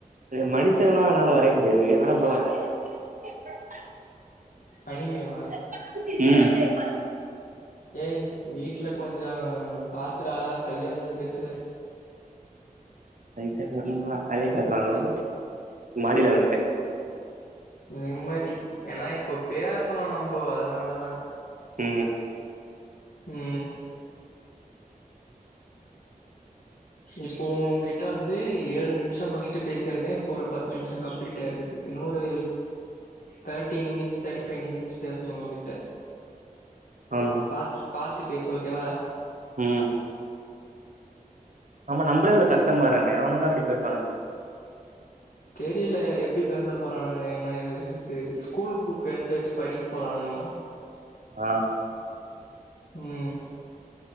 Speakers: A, on the right (about 60°); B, on the left (about 85°).
A: இத மனுஷங்களா அதனால வரைய முடியாது ஆனா <unintelligible>
B: அணிமே வ
A: ம்
B: ஏய் வீட்டுல கொஞ்சோ பாத்துறா தள்ளி வந்து பேசு
A: லைட்டா எங்க அம்மா வேலய காட்டுறாங்களோ மாடில வந்துட்டே
B: நிம்மதி ஏன்னா இப்போ பேசணு நம்ம அதனாலதா
A: ம்
B: ம் இப்போ உக்கிட்ட வந்து ஏழு நிமிஷம் ஃபர்ஸ்ட்ட பேசியிருக்கே இப்போ ஒரு பத்து நிமிஷம் கம்ப்ளீட் ஆயிருக்குது இன்னொரு thirty minutes thirty five minutes பேசணு உவ்கிட்ட
A: ஆமா
B: பாத் பாத்து பேசு ஓகேவா
A: ம் ஆமா நம்பளே இவ்ளோ கஷ்ட பாருமே அவனுங்களா எப்படி பேசுவனாங்க
B: தெரியல எப்டி பேச போகறானுங்க என்ன ஏதுன்ட்டு ஸ்கூல் புக் எடுத்து வச்சு படிக்க போறானுங்களா
A: ஆ
B: ம்